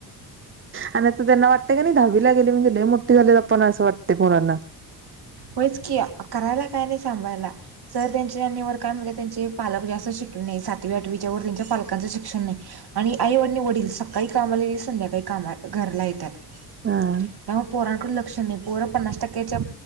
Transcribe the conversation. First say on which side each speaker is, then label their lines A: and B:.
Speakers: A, on the right (about 25°); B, on the right (about 55°).
A: आणि आता त्यांना वाटतेय का नाही दहावी ला गेली म्हणजे लय मोठं झालोय आपण असं वाटतय पोरांना. ह <unintelligible>
B: होयच की, करायला काय नाही सांभायला, सर त्यांचे आणि वर काय म्हने त्यांचे पालक जास्त शिक नाही सातवी आठवीच्या व त्यांच्या पालकचं शिक्षण नाही आणि आई आणि वडील सकाळी कामाला गेले संध्याकाळी कामात घरला येत्यात त्यामुळे
A: हा.
B: पोरांकड लक्ष नाही पोरं पन्नास टक्क्याच्या